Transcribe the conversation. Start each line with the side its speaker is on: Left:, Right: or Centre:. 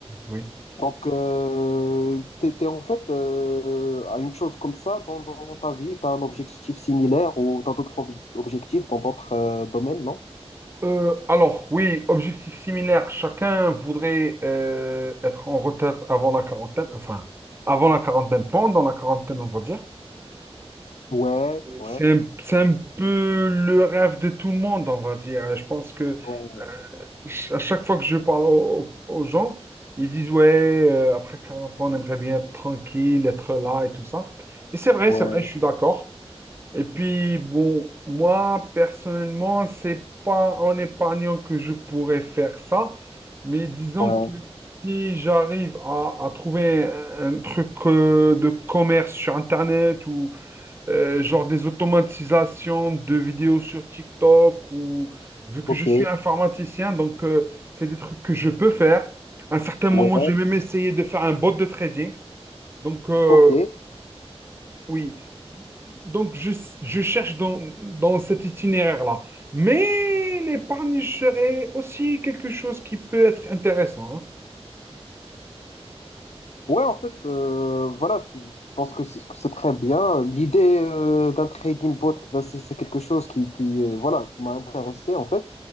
Right: oui.
Left: donc, euh, t'es, t'es en fait euh, à une chose comme ça dans, dans, dans ta vie, t'as un objectif similaire ou t'as d'autres ob- objectifs dans d'autres euh, domaines, non?
Right: Euh, alors, oui, objectif similaire. Chacun voudrait euh, être en retraite avant la quarantaine, enfin, avant la quarantaine, pendant la quarantaine, on va dire.
Left: Ouais, ouais,
Right: C'est un, c'est un peu le rêve de tout le monde, on va dire. Je pense que
Left: ouais,
Right: euh, ch- à chaque fois que je parle au- au- aux gens, ils disent, ouais, euh, après 40 ans, on aimerait bien être tranquille, être là et tout ça. Et c'est vrai,
Left: ouais,
Right: c'est vrai, je suis d'accord. Et puis, bon, moi, personnellement, c'est pas en épargnant que je pourrais faire ça, mais disons
Left: ouais,
Right: que si j'arrive à, à trouver un, un truc euh, de commerce sur Internet ou euh, genre des automatisations de vidéos sur TikTok ou vu que
Left: ok,
Right: je suis informaticien, donc euh, c'est des trucs que je peux faire. À un certain moment,
Left: ouais,
Right: j'ai même essayé de faire un bot de trading. Donc, euh,
Left: ok.
Right: oui, donc je, je cherche dans, dans cet itinéraire-là. Mais l'épargne serait aussi quelque chose qui peut être intéressant. hein.
Left: Ouais, en fait, euh, voilà, je pense que c'est que c'est très bien. L'idée euh, d'un trading bot, ben, c'est c'est quelque chose qui, qui euh, voilà, qui m'a intéressé, en fait.